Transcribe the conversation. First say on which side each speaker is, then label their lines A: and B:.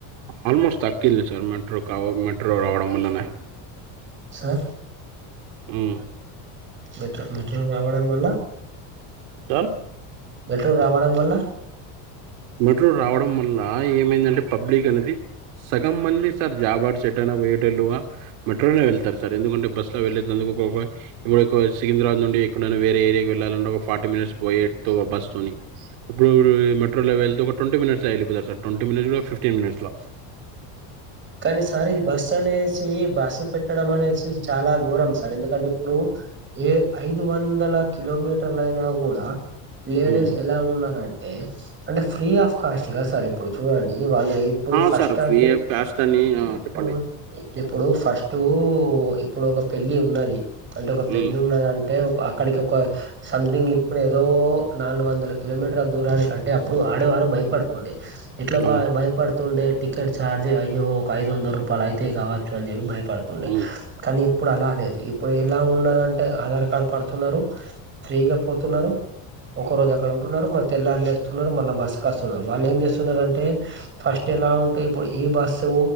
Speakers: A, on the right; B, on the right.
A: ఆల్మోస్ట్ తట్టింది సార్ మెట్రోకావ మెట్రో రావడం వల్లనే
B: సార్
A: మ్
B: మెట్రో మెట్రో రావడం వల్ల
A: సం
B: మెట్రో రావడం వల్ల
A: మెట్రో రావడం వల్ల ఏమైందంటే పబ్లిక్ అనేది సగం మంది సార్ జాబాట్ సెట్టాయినా వేటిలువ వె మెట్రో లోనె వెళ్తారు సార్ ఎందుకంటే బస్ లో వెళ్లే తందుకుకోవ ఇప్పుడెక్కువ సికింద్రాబాద్ నుండి ఎక్కడైనా వేరే ఏరియాకి వెళ్ళాలంటే ఒక ఫార్టీ మినిట్స్ పోయే తో బస్ తోని ఇప్పుడు మెట్రో లో వెళ్తే ఒక ట్వంటీ మినిట్స్ వెళ్ళిపోతార్ sir twenty minutes fifteen minutes ల
B: కానీ సార్ ఇది బస్సు అనేసి బస్సు పెట్టడం అనేసి చాలా ఘోరం సార్ ఎందుకంటే ఇప్పుడు ఏ ఐదు వందల కిలోమీటర్లయినా గుడా లేడీస్
A: మ్మ్.
B: ఎలా ఉన్నారంటే అంటే ఫ్రీ ఆఫ్ కాస్ట్ గా సార్ ఇప్పుడు చూడండి వాళ్ళు ఇప్పుడు
A: ఆ
B: ఫస్ట్
A: సార్
B: అంటే
A: ఫ్రీ కాస్ట్ అని ఆ,
B: ఇప్పుడు
A: చెప్పండి
B: ఇప్పుడు ఫస్ట్ ఇప్పుడు ఒక పెళ్లి ఉన్నది అంటే ఒక పెళ్లి
A: మ్మ్.
B: ఉన్నదం అంటే ఒక అక్కడికి ఒక సంథింగ్ ఇప్పుడు ఏదో నాలుగు వందల కిలోమీటర్ల దూరానికంటే అప్పుడు ఆడవారు భయపడుతుండే ఎట్లా
A: అవును సార్
B: భయపడుతూ ఉండే టికెట్ చార్జ్ అయ్యో ఒక ఐదు వందల రూపాయలు అయితయ్ కావచ్చు అని చెప్పి భయ పడుతుండే
A: మ్మ్.
B: కానీ ఇప్పుడు అలా లేద్ ఇప్పుడు ఎలా ఉన్నదంటే ఆధార్ కార్డు పడుతున్నారు ఫ్రీగా పోతున్నారు ఉంకోరోజు అక్కడ ఉంటున్నారు మల్ల తెల్లారి లేస్తున్నారు మల్ల బస్ కస్తున్నారు వాళ్లు ఏం చేస్తున్నారంటే ఫస్ట్ ఎలా అంటే ఇప్పుడు ఈ బస్సు